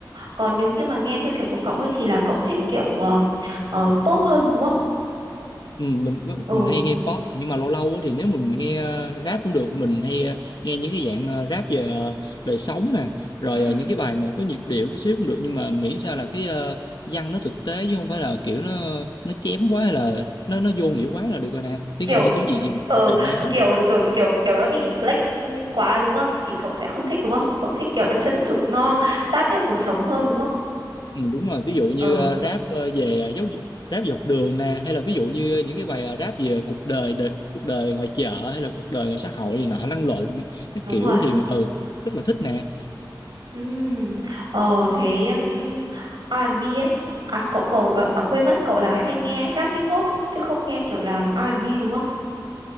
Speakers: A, on the right (about 75°); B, on the left (about 65°).
A: còn nếu như mà nghe theo kiểu của cậu ấy thì là cậu thích kiểu ờm, ờ, pop hơn đúng không?
B: ừ, mình có-
A: Ừ.
B: mình hay nghe pop nhưng mà lâu lâu á thì nếu mình nghe ờ, rap cũng được mình hay ờ, nghe những cái dạng ờ, rap về ờ, đời sống nè rồi
A: Ừ.
B: ờ, những cái bài mà có nhịp điệu tí xíu cũng được nhưng mà miễn sao là cái ờ, văn nó thực tế chứ không phải là kiểu nó nó chém quá hay là nó nó vô nghĩa quá là được rồi nè tiếng
A: kiểu
B: Anh hay tiếng gì gì mình
A: ờ
B: đều nghe hết
A: kiểu kiểu kiểu kiểu nó bị flex quá đúng không thì cậu sẽ không thích đúng không cậu thích kiểu nó chân thực nó sát với cuộc sống hơn đúng không
B: Ừ, đúng rồi ví dụ như
A: ờ
B: ờ, rap ờ, về ờ, giáo dục rap dọc đường nè hay là ví dụ như những cái bài ờ, rap về cuộc đời, đời cuộc đời ngoài chợ hay là cuộc đời ngoài xã hội này nọ lăn lộn cái
A: đúng
B: kiểu
A: rồi
B: thì ừ rất là thích nè
A: Ừm, ờ thế um, R&B ấy à cậu cậu gợ- à, quên mất cậu là hay nghe rap hip hop chứ không nghe kiểu làm R&B đúng không